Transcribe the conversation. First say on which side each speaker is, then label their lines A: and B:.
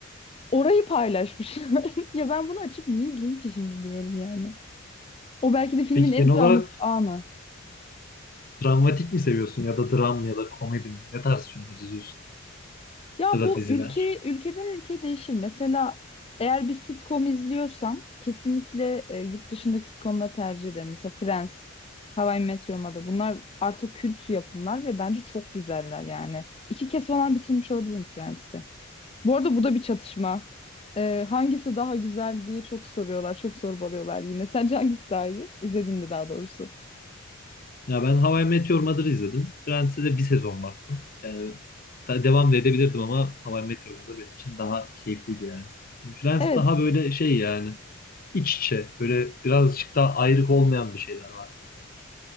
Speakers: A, on the left (about 30°); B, on the left (about 45°).
A: orayı paylaşmışlar. <laughs> Ya ben bunu açıp niye izleyeyim ki şimdi diyorum yani. O belki de filmin
B: peki
A: en
B: genel
A: travmatik
B: olarak
A: anı.
B: dramatik mi seviyorsun ya da dram ya da komedi mi ne tarz filmler izliyorsun
A: Ya
B: ya
A: bu
B: da diziler
A: ülke ülkeden ülkeye değişir. Mesela eğer bir sitcom izliyorsam kesinlikle e, yurt dışındaki sitcomları tercih ederim. Mesela Friends, How I Met Your Mother. Bunlar artık kült yapımlar ve bence çok güzeller yani. İki kez falan bitirmiş olabilirim Friends'i. Bu arada bu da bir çatışma. E, hangisi daha güzel diye çok soruyorlar, çok sorbalıyorlar yine. Sence hangisi daha iyi? İzledin mi daha doğrusu?
B: Ya ben How I Met Your Mother'ı izledim. Friends'e de bir sezon baktım. Yani da- devam da edebilirdim ama How I Met Your Mother benim için daha keyifliydi yani. Friends
A: Evet,
B: daha böyle şey yani iç içe böyle birazcık daha ayrık olmayan bir şeyler var sanki.